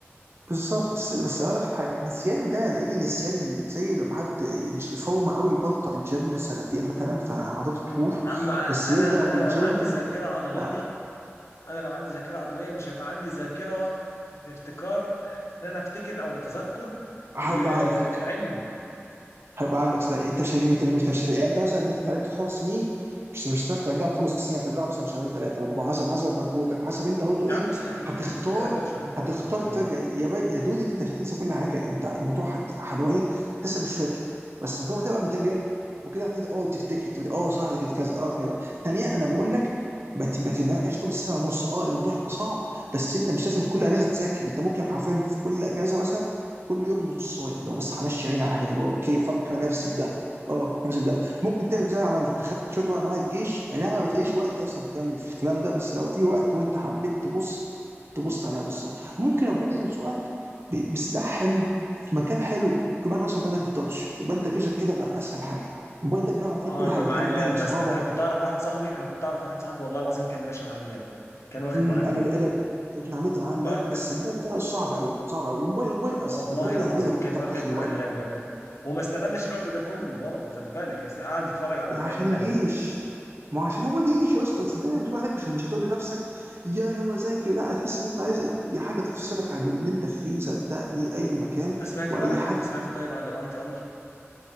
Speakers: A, on the right; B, on the left.
A: بالظبط بس بس هقول لك حاجه نسيانه ده زي نسيان ال- زي لما حد ج- فورمه قوي بطل جيم سنتين مثلا فعضلاته تروح
B: يا عم ع-
A: بس يرجع
B: انا انا
A: الجيم
B: لو عندي ذاكره عضليه
A: ما-
B: انا لو عندي ذاكره عضليه مش هيبقى عندي ذاكره لافتكار ان انا افتكر او لتذكر
A: هيبقى
B: ال-
A: عندك
B: العلم
A: هيبقى عندك صداع يعني انت مش انت مش مش يعني انت مثلا اللي انت اتعلمته خمس سنين مش مش هتعرف ترجعه في خمس سنين هترجعه مثلا في شهرين ثلاثه وحسب حسب مجهودك وحسب انت برضه ايه
B: يا عم مستحيل
A: هتختار
B: مستحيل ارجع في شهرين ثلاثه
A: هتختار
B: انت بتقول
A: ترجع
B: ايه
A: يا با... يا دودي انت مش هتنسى كل حاجه انت الموضوع هت... هو ايه لسه مش فاكر بس مجرد ما تبقى الماتيريال وكده هتبدا اه تفتكر تبدا اه صح ده كانت كذا اه كذا ثانيا انا بقول لك ما ت- ما تبقاش طول السنه ونص اه الموضوع هيبقى صعب بس انت مش لازم كل اجازه تذاكر انت ممكن حرفيا في كل اجازه مثلا كل يوم نصايه لو بس همشي عيني على الحاجات اللي هو اوكي بفكر نفسي بده اه نفسي بده ممكن تعمل زي ما أنا عملت خدت شويه وقت معايا الجيش اي نعم ما بتلاقيش وقت اصلا تعمل في الكلام ده بس لو في وقت وانت حبيت تبص تبص عليها بصه ممكن ربنا يرزقك ب- بسلاح حلو في مكان حلو يكون معاك مثلا موبايلك التاتش يبقى انت جيشك كده بقى اسهل حاجه الموبايل ده بيعمل عليك
B: اه
A: كل
B: يبقى
A: حاجه
B: معايا
A: تكلم
B: اللاب
A: اهلك
B: مثلا
A: صحابك
B: انا كنت اعرف واحد صاحبي انا كنت اعرف واحد صاحبي والله العظيم كان ماشي مع اللاب كان واخد
A: امم
B: مع اللاب
A: انا انا ابن عمتي معاه اللاب
B: اه انت
A: بس اللاب ده صعب قوي صعب قوي الموبايل الموبايل اسهل
B: والله
A: الموبايل
B: العظيم
A: يعني قول يا رب
B: كان
A: تعال
B: واخد
A: تاخد
B: مع
A: موبايلك
B: اللاب يا ابني وما استغلش الوقت ده كله برضه خلي بالك است- قعد يتفرج على
A: يعني
B: افلام
A: عشان
B: اللهبل
A: جيش ما هو عشان هو جيش يا اسطى صدقني لما تبقى هناك مش مش هتقول لنفسك يا يلا ذاكر لا هتحس ان انت عايز اي حاجه تفصلك عن اللي انت فيه صدقني اي مكان
B: انت سمعت
A: واي
B: بقى
A: حد
B: انت سمعت طيب عن الاي تي اي